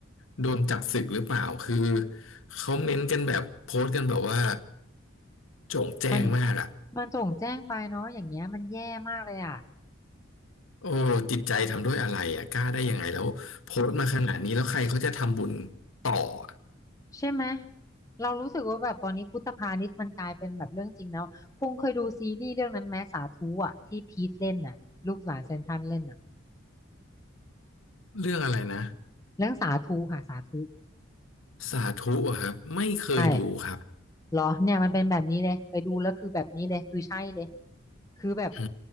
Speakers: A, on the left; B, on the left.
A: โดนจับสึกหรือเปล่าคือเขาเม้นกันแบบโพสต์กันแบบว่าโจ่งแจ้งมากอะ
B: มันมันโจ่งแจ้งไปเนาะอย่างเงี้ยมันแย่มากเลยอ่ะ
A: โอ้จิตใจทำด้วยอะไรอ่ะกล้าได้ยังไงแล้วโพสต์มาขนาดนี้แล้วใครเขาจะทำบุญต่ออะ
B: ใช่ไหมเรารู้สึกว่าแบบตอนนี้พุทธพาณิชย์มันกลายเป็นแบบเรื่องจริงแล้วพง์เคยดูซีรีส์เรื่องนั้นไหมสาธุอ่ะที่พีทเล่นน่ะลูกหลานเซนทรัลเล่นน่ะ
A: เรื่องอะไรนะ
B: เรื่องสาธุค่ะสาธุ
A: สาธุอะครับไม่เคยดูครับ
B: ใช่เหรอเนี่ยมันเป็นแบบนี้เลยไปดูแล้วคือแบบนี้เลยคือใช่เลยคือแบบ
A: อื